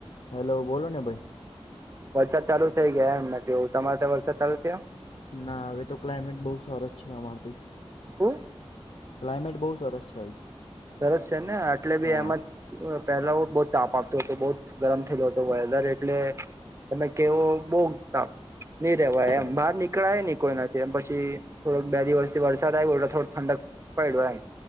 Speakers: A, on the left; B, on the right.
A: હેલો બોલો ને ભાઈ
B: વરસાદ ચાલુ થઈ ગયા એમ મેં કેવું તમારે ત્યાં વરસાદ ચાલુ થયો
A: ના હવે તો ક્લામેટ બઉ સરસ છે અમારે તઈ
B: ખુબ
A: ક્લામેટ બહ સરસ છે હવે
B: સરસ છે ને આટલે બી
A: હા
B: એમાં પેલાઓ બોહ તાપ આપતો તો બોહ ગરમ થયલો હતો વેધરે એટલે તમે કેવો બો તાપ નઈ રેવાય
A: એવું
B: એમ બહાર નીકળાય ન કોઈનાથી એમ પછી થોડક બે દિવસ થી વરસાદ આવ્યો એટલે થોડો ઠંડક પડ્યો એમ